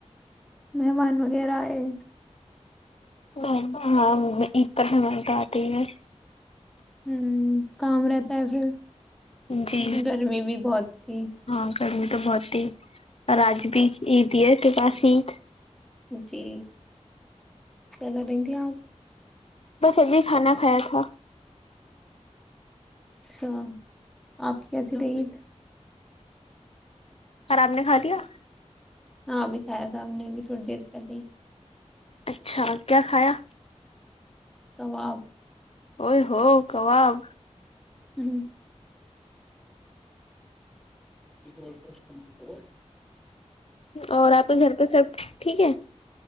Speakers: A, in the centre; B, on the left.
A: مہمان وغیرہ آئے
B: م ہاں عید پر مہمان تو آتے ہیں
A: ہ کام رہتا ہے پھر
B: جی
A: گرمی بھی بہت تھی
B: ہاں گرمی تو بہت رجب عید یہ کے بسید
A: جی کیا کریں گے آپ
B: بس ابھی کھانا کھایا تھا
A: سو آپ کی کیسی رہ عید
B: اورر آاب نے کھا دیا
A: ہاں بھی کایا تھا ہم نے بھی تھوڑی دیر پہلے ہی
B: اچھا کیا کھایا
A: واب
B: ائی ہو کباب
A: ہ ج بولتاس تمار خبر
B: اور آپ کے گھر پہ سب ٹھیک ہے